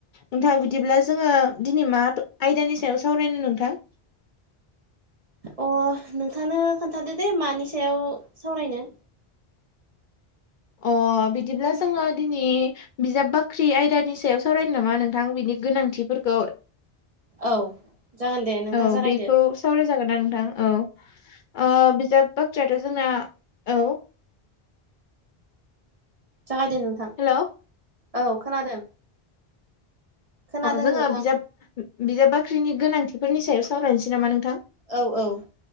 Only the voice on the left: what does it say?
नोंथां बिदिब्ला जोङो दिनै मा आयदानि सायाव सावरायनो नोंथां?
अ बिदिब्ला जोङो दिनै बिजाब बाख्रि आयदानि सायाव सावरायनो नामा नोंथां बिनि गोनांथिफोरखौ
औ
बेखौ सावराय जागोनना नोंथां औ। ओ बिजाब बाख्रियाथ' जोंना औ
हेलौ
अ जोङो
बिजाब बिजाब बाख्रिनि गोनांथिफोरनि सायाव सावरायनोसै नामा नोंथां?